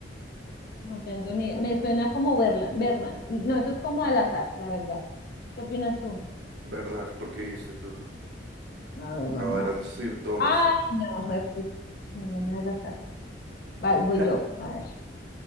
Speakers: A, on the left; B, on the right.
A: No tengo ni... Me suena como Berlan, Berman. Y No, eso es como al azar, la verdad. ¿Qué opinas tú?
B: Bernard, ¿por qué dijiste tú?
A: A ver,
B: No,
A: vamos
B: era
A: a...
B: el Sir Thomas.
A: Ay, no, juepucha. No, no me hagas caso. Va, voy
B: <laughs>
A: yo, a ver.